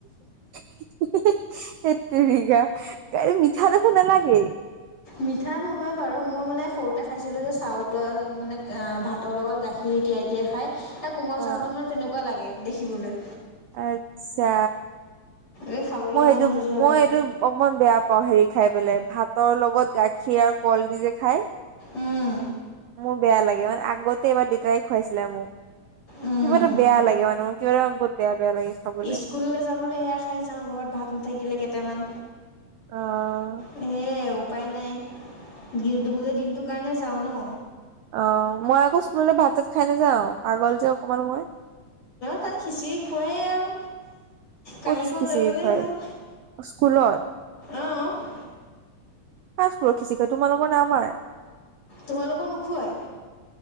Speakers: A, on the right; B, on the left.
A: <inaudible> তেৰিকা গাড় <unintelligible> মিঠা দেখোন ন লাগে
B: মিঠা নহয় বাৰু, মই মানে সৰুতে খাইছিলো যে চাউলৰ মানে ভাতৰ লগত গাখীৰ তিয়াই-তিয়াই খাই। এ, কোমল
A: অ',
B: চাউলটো মানে তেনেকুৱা লাগে দেখিবলৈ।
A: আচ্ছা
B: এই খাবলৈ
A: মই
B: মন
A: সেইটো
B: নোযোৱা
A: মই
B: হয়
A: এইটো অকমান বেয়া অ, হেৰি খাই পেলাই ভাতৰ লগত গাখীৰ আৰু কল দি যে খাই।
B: উম
A: মোৰ বেয়া লাগে। মানে আগতে এবাৰ দেতাই খুৱাইছিলে মোক
B: উম
A: কিবা এটা বেয়া লাগে মানে মোৰ কিবা এটা বহুত বেয়া বেয়া লাগে খাবলৈ
B: স্কুললৈ যাবলৈ সেয়া খাই যাওঁ ঘৰত ভাত নাথাকিলে কেইটামান
A: আহ,
B: সেয়াই উপায় নাই, গোটেই দিনটোৰ কাৰণে যাও ন
A: অ, মই আকৌ স্কুললৈ ভাত চাত খাই নাযাওঁ। পাগল যে অকমান মই
B: তাত খিচিৰি খুৱাই আৰু কহীখন
A: ক'ত খিচিৰি
B: লৈ গলেই
A: খুৱাই
B: হ'ল
A: স্কুলত
B: আহ
A: কা <unintelligible> খিচিকৈ তোমালোকৰ নে আমাৰ?
B: তোমালোকৰ নোখোৱাই?